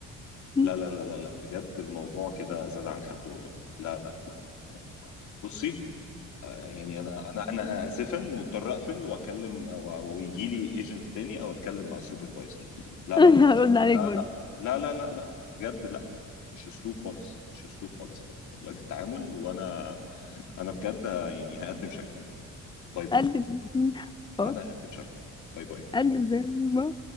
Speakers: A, on the left; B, on the left.
A: <laughs>
B: لا لا لا لا لا بجد الموضوع كده زاد عن حد والله لا لا لا بصي آه، يعني انا انا انا اسفا مضطر اقفل واكلم و- ويجي لي ايجنت تاني او اتكلم مع السوبرفايزر لا
A: انا
B: لا لا
A: هرد
B: لا
A: عليك برضه
B: لا لا لا لا لا بجد لا مش اسلوب خالص مش اسلوب خالص يا فندم والله في التعامل وانا انا بجد آه، يعني هقدم شكوى باي باي
A: قلب خلاص
B: انا هقدم شكوى باي باي
A: قلب زي ما هو.